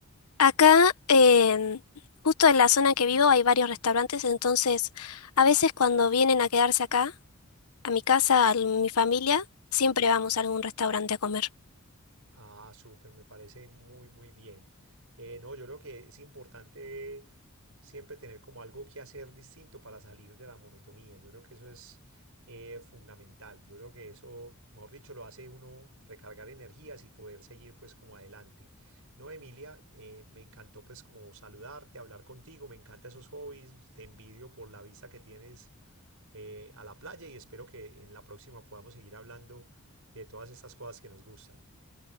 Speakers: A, on the left; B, on the right.
A: Acá, em, justo en la zona en que vivo, hay varios restaurantes, entonces a veces cuando vienen a quedarse acá, a mi casa, a mi familia, siempre vamos a algún restaurante a comer.
B: Ah, súper, me parece muy, muy bien. Eh, no, yo creo que es importante siempre tener como algo que hacer distinto para salir de la monotonía. Yo creo que eso es eh, fundamental. Yo creo que eso, mejor dicho, lo hace uno recargar energías y poder seguir pues como adelante. No, Emilia, eh, me encantó pues como saludarte, hablar contigo, me encantan esos hobbies, te envidio por la vista que tienes eh, a la playa y espero que en la próxima podamos seguir hablando de todas estas cosas que nos gustan.